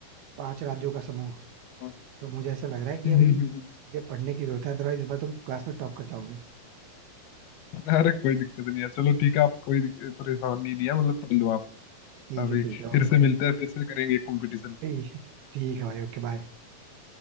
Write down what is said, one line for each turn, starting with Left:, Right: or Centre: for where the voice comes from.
Right: पांच राज्यों का समूह
Left: हाँ,
Right: तो मुझे ऐसा लग रहा है कि
Left: <laughs>
Right: अभी मुझे पढ़ने की जरूरत है अदरवाइज इस बार तुम क्लास में टॉप कर जाओगे
Left: अरे कोई दिक्कत नहीं है चलो ठीक है आप कोई दिक- परेशानी नहीं है मतलब पढ़ लो आप
Right: ठीक
Left: अभी
Right: है ठीक है
Left: फिर
Right: ओके
Left: से मिलते हैं फिर से करेंगे कंपटीशन
Right: ठीक ठीक है भाई ओके बाय